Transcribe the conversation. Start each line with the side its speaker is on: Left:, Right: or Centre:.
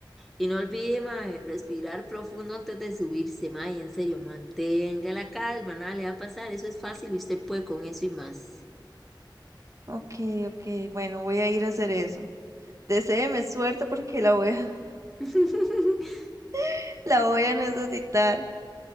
Centre: Y no olvide, mae, respirar profundo antes de subirse, mae, en serio, mantenga la calma, nada le va a pasar, eso es fácil y usted puede con eso y más.
Right: Ok, ok, bueno, voy a ir a hacer eso. Deséeme suerte porque la voy a,
Centre: <laughs>
Right: <laughs> la voy a necesitar.